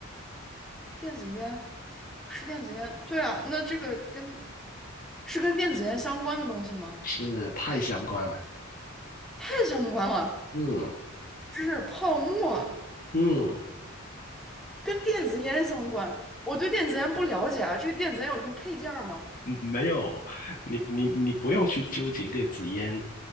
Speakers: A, in the centre; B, on the left.
A: <laughs> 电子烟是电子烟，对啊，那这个跟是跟电子烟相关的东西吗？
B: 是太相关了。
A: 太相关了，
B: 嗯
A: 这是泡沫，
B: 嗯，嗯
A: 跟电子烟相关。我对电子烟不了解啊，这个电子烟有什么配件儿吗？
B: 没有，你你你不用去纠结电子烟，